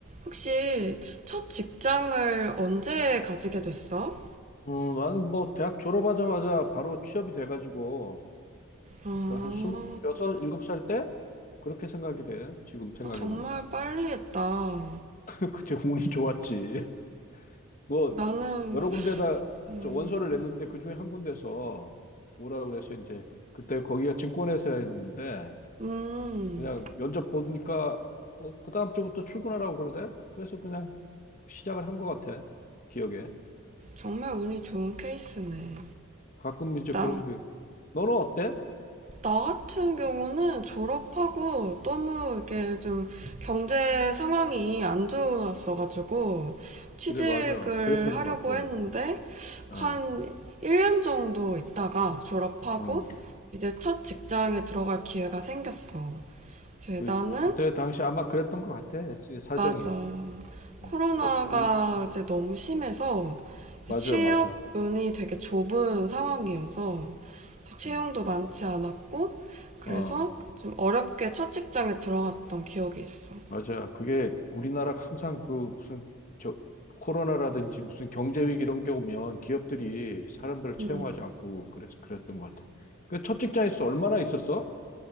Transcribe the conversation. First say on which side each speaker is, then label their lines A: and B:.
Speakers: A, on the right (about 35°); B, on the left (about 40°).
A: 혹시 첫 직장을 언제 가지게 됐어?
B: 어, 나는 뭐 대학 졸업하자마자 바로 취업이 돼가지고
A: 아,
B: 그러니까 한 스물여섯, 일곱 살 때 그렇게 생각이 돼. 지금 생각해
A: 어, 정말
B: 보니까
A: 빨리 했다.
B: <laughs> 그때 운이 좋았지. <laughs> 뭐
A: 나는,
B: 여러 군데다
A: 음,
B: 저 원서를 냈는데 그 중에 한 군데서 오라 그래서 이제 그때 거기가 증권회사였는데
A: 음,
B: 그냥 면접 보니까 뭐 그 다음 주부터 출근하라고 그러대. 그래서 그냥 시작을 한 것 같아. 기억에.
A: 정말 운이 좋은 케이스네.
B: 가끔 이제
A: 나,
B: 그런 게 너는 어때?
A: 나 같은 경우는 졸업하고 너무 이게 좀 경제 상황이 안 좋았어가지고 취직을
B: 그래 맞아. 그랬던
A: 하려고
B: 것 같아.
A: 했는데
B: 어.
A: 한 1년 정도 있다가 졸업하고
B: 어.
A: 이제 첫 직장에 들어갈 기회가 생겼어. 제
B: 그,
A: 나는
B: 그때 당시 아마 그랬던 것 같아. 시- 사정이.
A: 맞아. 코로나가
B: 예, 꼭 우리,
A: 이제 너무 심해서
B: 맞아,
A: 이제 취업
B: 맞아.
A: 문이 되게 좁은 상황이어서 이제 채용도
B: 어,
A: 많지 않았고 그래서
B: 어,
A: 좀 어렵게 첫 직장에 들어갔던 기억이 있어.
B: 맞아. 그게 우리나라가 항상 그 무슨 저 코로나라든지 무슨 경제위기 이런 게 오면 기업들이 사람들을
A: 음,
B: 채용하지 않고 그래서 그랬던 것 같아. 그 첫 직장에서 얼마나 있었어?